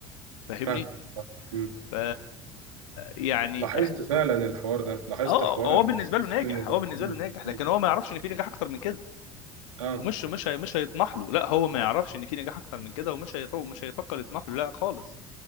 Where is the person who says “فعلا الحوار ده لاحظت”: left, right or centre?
Right